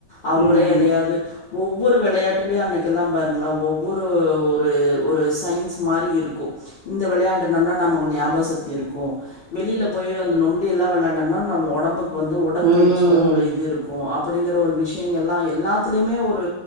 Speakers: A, on the left; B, on the right.
A: அவங்களே
B: ம் ஆமா
A: எதையாவது ஒவ்வொரு விளையாட்டுலயு அன்னைக்கில்லா பாருங்களா ஒவ்வொரு ஒரு ஒரு சயின்ஸ் மாரி இருக்கு இந்த விளையாண்டு நம்லா நமக்கு ஞாபகசக்தி இருக்கு வெளியில போய் அந்த நொண்டி எல்லா விளையாண்டனா நம்ம ஒடம்புக்கு க்கு வந்து உடற்பயிற்சி
B: ம்
A: மாரி ஒரு இது இருக்கு அப் அப்படிங்கிற ஒரு விஷயங்கள் எல்லா எல்லாத்திலயுமே ஒரு